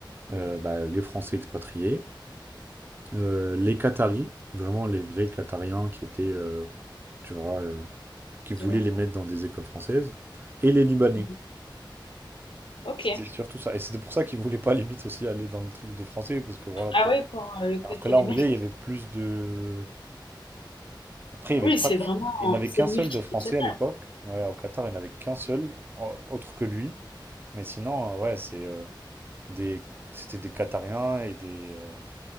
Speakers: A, on the right; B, on the left.
A: euh, bah, les Français expatriés, euh, les Qataris, vraiment les vrais Qatariens qui étaient, euh, tu vois, euh, qui voulaient
B: Et ouais.
A: les mettre dans des écoles françaises, et les Libanais.
B: Mhm. Ok.
A: C'était surtout ça. Et c'était pour ça qu'ils voulaient pas, limite, aussi aller dans le truc de français, parce que voilà, quoi.
B: Ah ouais, pour euh, le côté
A: Alors que là,
B: libanais.
A: anglais, il y avait plus de... Après, il n'y
B: Oui,
A: avait pas
B: c'est
A: de-
B: vraiment,
A: il n'avait
B: c'est
A: qu'un
B: le
A: seul
B: multinational.
A: de français à l'époque. Ouais, au Qatar, il n'avait qu'un seul, au- autre que lui. Mais sinon, euh, ouais, c'est euh, des... c'était des Qatariens et des. euh,